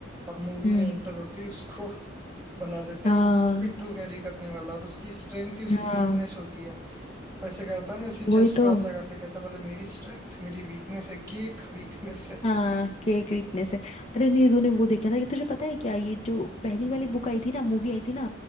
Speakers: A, on the right; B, on the left.
A: और मूवी
B: हम्म
A: में एंटर होती है उसको <laughs> बना देते
B: हाँ
A: हैं वो पिट्ठू कैरी करने वाला और उसकी स्ट्रेंथ ही उसकी
B: हाँ
A: वीकनेस होती है वैसे करता है ना ऐसी
B: वही
A: चेस्ट पे
B: तो
A: हाथ लगाते ही कहता है, बोले मेरी स्ट्रेंथ मेरी वीकनेस है केक वीकनेस है
B: हाँ केक वीकनेस है अरे नीजू ने वो देखा था कि तुझे पता है क्या ये जो पहली वाली बुक आई थी ना मूवी आई थी ना